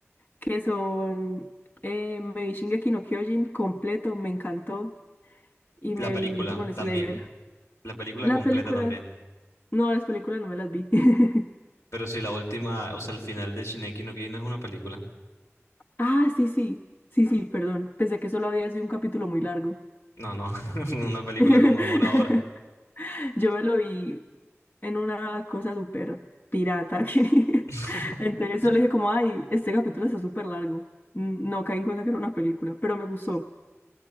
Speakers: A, on the left (about 45°); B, on the left (about 80°).
A: que son eh, me vi Shingeki no Kyojin completo, me encantó, y
B: La
A: me
B: película
A: vi Demon
B: también,
A: Slayer.
B: la película
A: La
B: completa
A: película,
B: también.
A: no, las películas no me las vi. <laughs>
B: Pero si la última, o sea, el final de Shingeki no Kyojin no es una película.
A: Ah, sí, sí, sí, sí, perdón. Pensé que solo había sido un capítulo muy largo.
B: No, no, <laughs> una película
A: <laughs>
B: como de una hora.
A: Yo me lo vi en una cosa súper pirata. <laughs> que-
B: <laughs>
A: Entonces solo dije como, ay, este capítulo está súper largo. Mm, No caí en cuenta que era una película, pero me gustó.